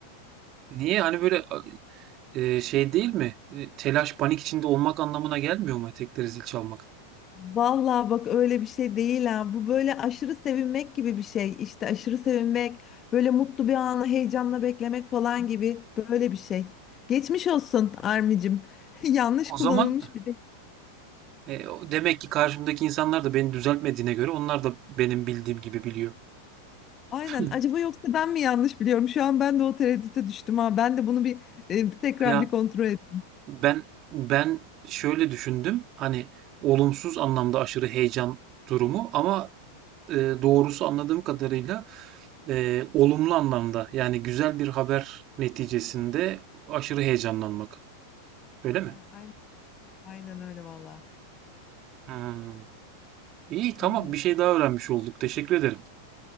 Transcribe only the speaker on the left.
Vallahi bak öyle bir şey değil ha. Bu böyle aşırı sevinmek gibi bir şey. İşte aşırı sevinmek, böyle mutlu bir anı heyecanla beklemek falan gibi böyle bir şey. Geçmiş olsun Armicim. <laughs> Yanlış
kullanılmış
bir de.
Aynen.
Acaba yoksa ben mi yanlış biliyorum? Şu an ben de o tereddüte düştüm ha. Ben de bunu bir e, tekrar
bir kontrol edeyim.
Ha, Aynen, aynen öyle vallahi.
Tamam.